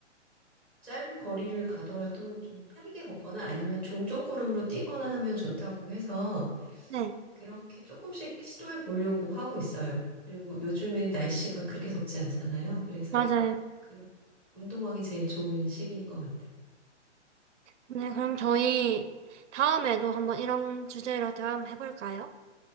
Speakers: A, in the centre; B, on the right.
A: 짧은 거리를 가더라도 좀 빠르게 걷거나 아니면 종종 걸음으로 뛰거나 하면 좋다고 해서
B: 네,
A: 그렇게 조금씩 시도해 보려고 하고 있어요. 그리고 요즘엔 날씨가 그렇게 덥지 않잖아요. 그래서
B: 맞아요.
A: 그 운동하기 제일 좋은 시기인 것 같아요.
B: 네, 그럼 저희 다음에도 한번 이런 주제로 대화 한번 해볼까요?